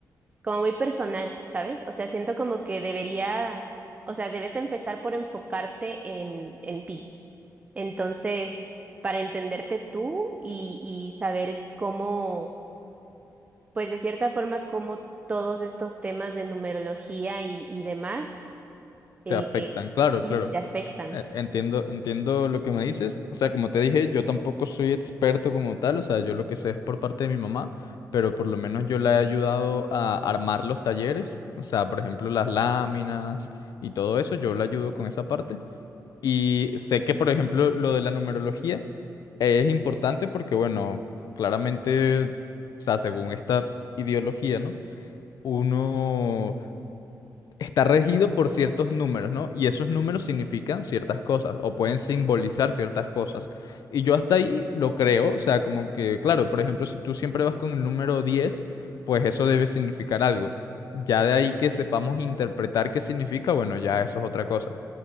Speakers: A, on the right (about 25°); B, on the left (about 70°).
A: como muy personal, ¿sabes? O sea, siento como que debería, o sea, debes de empezar por enfocarte en, en ti. Entonces, para entenderte tú y, y saber cómo, pues de cierta forma, cómo todos estos temas de numerología y, y demás, eh,
B: Te afectan,
A: eh,
B: claro,
A: sí
B: claro.
A: te afectan.
B: E- Entiendo, entiendo lo que me dices. O sea, como te dije, yo tampoco soy experto como tal. O sea, yo lo que sé es por parte de mi mamá, pero por lo menos yo la he ayudado a armar los talleres. O sea, por ejemplo, las láminas y todo eso, yo la ayudo con esa parte. Y sé que, por ejemplo, lo de la numerología eh, es importante porque, bueno, claramente, o sea, según esta ideología, ¿no? Uno está regido por ciertos números, ¿no? Y esos números significan ciertas cosas o pueden simbolizar ciertas cosas. Y yo hasta ahí lo creo, o sea, como que, claro, por ejemplo, si tú siempre vas con el número diez pues eso debe significar algo. Ya de ahí que sepamos interpretar qué significa, bueno, ya eso es otra cosa.